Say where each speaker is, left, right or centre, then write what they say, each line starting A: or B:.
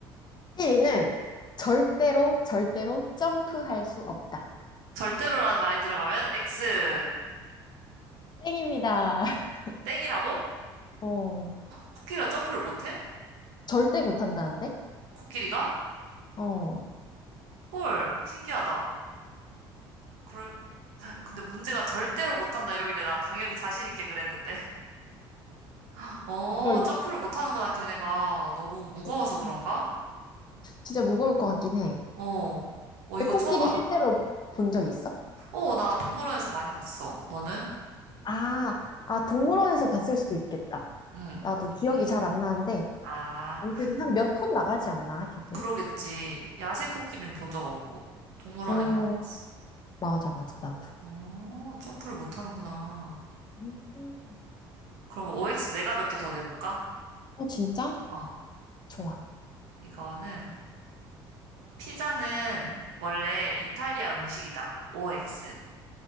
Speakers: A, on the left (about 35°); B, on the right (about 70°).
A: 찌리는 절대로, 절대로 점프할 수 없다.
B: 절대로라는 말이 들어가면 X,
A: 땡입니다. <laughs>
B: 땡이라고?
A: 어,
B: 코끼리가 점프를 못해?
A: 절대 못한다는데?
B: 코끼리가?
A: 어,
B: 헐, 신기하다. 그럴, 근데 문제가 절대로 못한다 이러길래 난 당연히 자신 있게 그랬는데. <laughs> 어,
A: 그러기.
B: 점프를 못하는구나, 걔네가. 너무 무거워서
A: 음.
B: 그런가?
A: 진짜 무거울 것 같긴 해.
B: 어, 어,
A: 근데
B: 이거
A: 코끼리
B: 처음 알았다.
A: 실제로 본 적 있어?
B: 어, 나 동물원에서 많이 봤어. 너는?
A: 아, 아, 동물원에서 봤을 수도 있겠다.
B: 응,
A: 나도 기억이
B: 응.
A: 잘 안 나는데,
B: 아,
A: 아무튼 한 몇 톤 나가지 않나, 걔들?
B: 그러겠지. 야생 코끼리는 본 적 없고, 동물원에서만
A: 어,
B: 봤어.
A: 맞아, 맞아, 나도.
B: 어, 점프를 못 하는구나.
A: 음.
B: 그럼 OX 내가 몇 개 더 내볼까?
A: 어, 진짜?
B: 어,
A: 좋아.
B: 이거는, 피자는 원래 이탈리아 음식이다. OX.